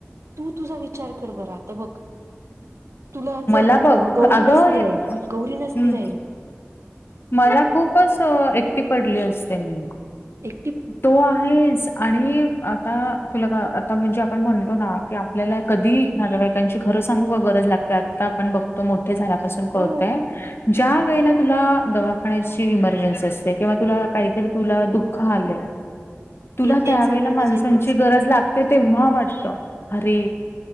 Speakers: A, on the right (about 70°); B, on the left (about 55°).
A: तू तुझा विचार कर बरा आता बघ तुला जर
B: मला बघ
A: गौरी
B: अगं
A: नसली
B: हे
A: राहील, गौरी नसती
B: हं,
A: राहील.
B: मला खूपच, एकटी पडली असते मी.
A: एक
B: तो आहे. आणि आता, तुला का, आता म्हणजे आपण म्हणतो ना की आपल्याला कधी. नागवाईकांची खरं सांगू का गरज लागते, आता आपण बघतो मोठे झाल्यापासून कळतय.
A: हो
B: ज्या वेळेला तुला दवाखान्याची इमर्जन्सी असते किंवा तुला काहीतरी तुला दु खाल, तुला
A: येतेच
B: त्या वेळेला
A: गरज
B: माणसची
A: येतेच
B: गरज लाग ते तेव्हा वाटत. अरे